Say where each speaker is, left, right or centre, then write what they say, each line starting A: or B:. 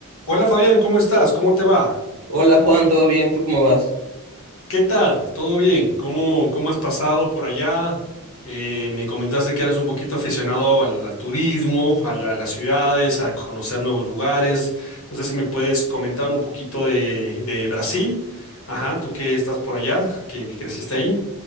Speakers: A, on the left (about 65°); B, on the right (about 80°).
A: Hola Fabián, ¿cómo estás? ¿Cómo te va?
B: Hola Juan, ¿todo bien? ¿Tú cómo vas?
A: ¿Qué tal? ¿Todo bien? ¿Cómo, cómo has pasado por allá? Eh, me comentaste que eras un poquito aficionado al, al turismo, a, la- a las ciudades, a conocer nuevos lugares. No sé si me puedes comentar un poquito de, de Brasil. Ajá, tú que estás por allá, que creciste ahí.